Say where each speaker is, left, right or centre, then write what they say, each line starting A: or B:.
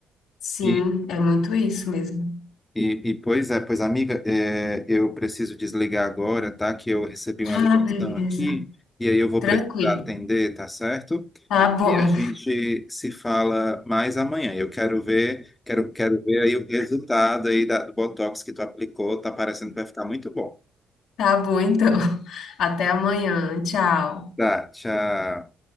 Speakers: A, on the left (about 85°); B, on the left (about 15°).
A: Sim,
B: E
A: é muito isso mesmo.
B: E, e, pois é, pois amiga, é, eu preciso desligar agora, tá? Que eu recebi uma
A: Ah,
B: ligação
A: beleza.
B: aqui e aí eu vou
A: Tranquilo.
B: precisar atender, tá certo?
A: Tá bom.
B: E a gente se fala mais amanhã. Eu quero ver, quero, quero ver aí o resultado aí da- do Botox que tu aplicou. Tá parecendo que vai ficar muito bom.
A: Tá bom, então. <laughs> Até amanhã. Tchau.
B: Tá, tchau.